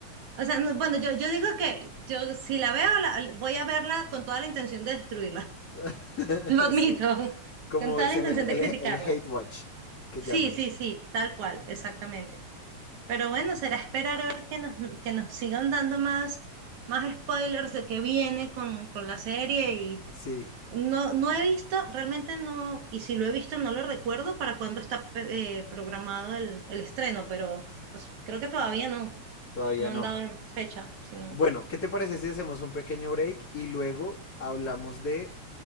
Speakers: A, on the right; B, on the left.
A: o sea, no- bueno, yo, yo digo que yo si la veo, la- voy a verla con toda la intención de destruirla,
B: <laughs>
A: <laughs> lo admito,
B: sí,
A: <laughs>
B: como
A: con toda
B: dicen
A: la intención
B: el, el,
A: de criticarla.
B: el hate watch que
A: Sí,
B: llaman.
A: sí, sí, tal cual, exactamente. Pero bueno, será esperar a ver que nos, que nos sigan dando más, más spoilers de qué viene con, con la serie. Y
B: Sí,
A: no, no he visto, realmente no, y si lo he visto no lo recuerdo para cuándo está pe- eh, programado el, el estreno, pero pues, creo que todavía no,
B: todavía
A: no han
B: no.
A: dado fecha, sino.
B: Bueno, ¿qué te parece si hacemos un pequeño break y luego hablamos de